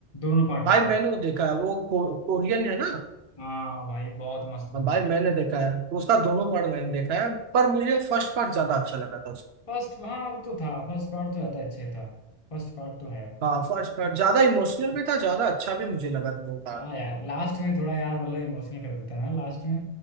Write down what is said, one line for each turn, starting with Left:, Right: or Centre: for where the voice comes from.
Left: दोनों पार्ट उसके
Right: भाई मैंने वो देखा है वो को, कोरियन है ना
Left: हाँ भाई बहुत मस्त मूवी
Right: हाँ, भाई मैंने देखा है तो उसका दोनों पार्ट मैंने देखा है पर मुझे फर्स्ट पार्ट ज्यादा अच्छा लगा था उसका
Left: फर्स्ट हाँ वो तो था फर्स्ट पार्ट तो ज्यादा अच्छा ही था फर्स्ट पार्ट तो है
Right: हाँ फर्स्ट पार्ट ज्यादा इमोशनल भी था ज्यादा अच्छा भी मुझे लगा था वो पार्ट
Left: हाँ यार लास्ट में थोड़ा यार मतलब इमोशनल कर देता है ना लास्ट में